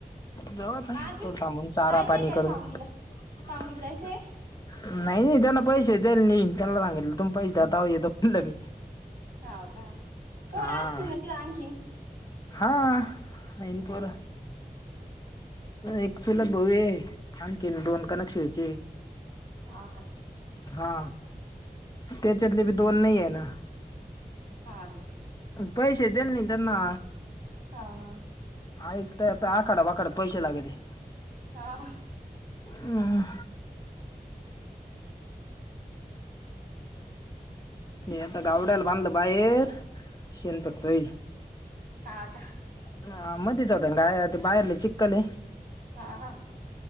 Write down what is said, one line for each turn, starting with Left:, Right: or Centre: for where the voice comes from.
Left: जवात आहे
Right: आज
Left: तथोड
Right: बी
Left: थांबून चारा
Right: जायचंय
Left: पाणी
Right: काय
Left: करून
Right: सावंगीला सावंगीला
Left: नाही
Right: जायचंय
Left: नाही त्यांना पैसे द्या नाही त्यांना सांगितलं तुमही पैसे दाता बलं मी
Right: ह का पोर
Left: हा
Right: असती न न तला अंकिन,
Left: हा, नाही
Right: ह
Left: पोर एक चुलत भाऊ आहे, आणखीन दोन कानक्षेचे,
Right: ह का,
Left: हा, त्याच्यातले बी दोन नाही आहे ना
Right: हा का,
Left: पैसे दिल नाही त्यांना,
Right: हा, हा
Left: आऐक आता, आखाड वााडत पैसे लागत.
Right: हा,
Left: हम,
Right: <unintelligible>
Left: आता गावड्याला बांधलं बाहेर शेण
Right: हम्
Left: फेकतोय
Right: हाता
Left: अं, मध्येच होता गाय ते बाहेरले चिककले
Right: हा